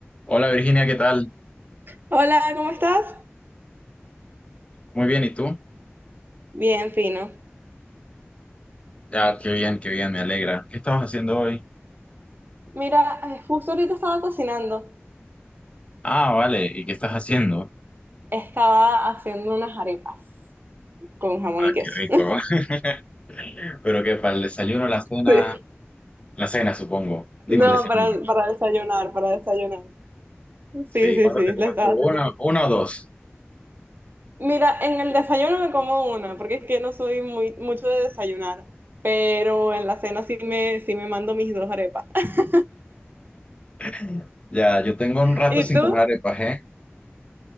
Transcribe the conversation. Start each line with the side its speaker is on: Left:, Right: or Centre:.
Left: Hola Virginia, ¿qué tal?
Right: Hola, ¿cómo estás?
Left: Muy bien, ¿y tú?
Right: Bien, fino.
Left: Ya, qué bien, qué bien, me alegra. ¿Qué estabas haciendo hoy?
Right: Mira, eh, justo ahorita estaba cocinando.
Left: Ah, vale, ¿y qué estás haciendo?
Right: Estaba haciendo unas arepas con jamón y queso.
Left: Qué rico.
Right: <laughs>
Left: <laughs> Pero qué, para el desayuno, la cena,
Right: Sí.
Left: la cena, supongo. Digo
Right: No,
Left: el desayuno.
Right: para, para desayunar, para desayunar.
Left: Sí,
Right: Sí, sí,
Left: ¿cuándo
Right: sí,
Left: te comes
Right: la estaba
Left: tú?
Right: haciendo.
Left: Una, una o dos.
Right: Mira, en el desayuno me como una, porque es que no soy muy mucho de desayunar, pero en la cena sí me, sí me mando mis dos arepas. <laughs>
Left: <laughs> Ya, yo tengo un rato
Right: ¿Y
Left: sin
Right: tú?
Left: comer arepas, ¿eh?